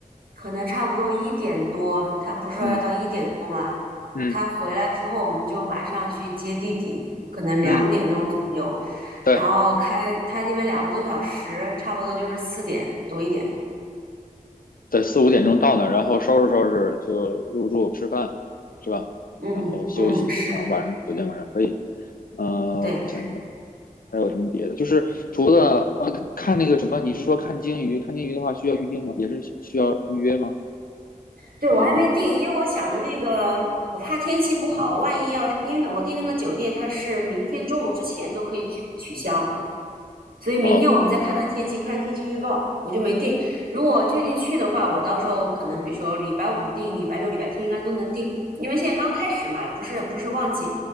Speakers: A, on the right; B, on the left.
A: 可能差不多一点多，他不是说要到一点多吗？
B: 嗯嗯
A: 他回来之后，我们就马上去接弟弟，可能两点钟左右，
B: 嗯，对。
A: 然后开他那边两个多小时，差不多就是四点多一点。
B: 在四五点钟到那儿，然后收拾收拾就入住吃饭，是吧？
A: 嗯嗯，
B: 然后休息，
A: 是
B: 嗯，晚上酒店晚上可以。嗯、呃我想想
A: 对
B: 还有什么别的？就是除了呃看那个什么，你是说看鲸鱼？看鲸鱼的话需要预定吗？也是需要预约吗？
A: 对，
B: 提前预约
A: 我还没定，因为我想着那个，我怕天气不好，万一要是因为我订那个酒店，它是明天中午之前都可以取取消。所以明天我们再看看天气，
B: 哦，
A: 看天气预报，我就没定。如果确定去的话，我到时候可能比如说礼拜五定，礼拜六、礼拜天应该都能定，因为现在刚开始嘛，不是不是旺季。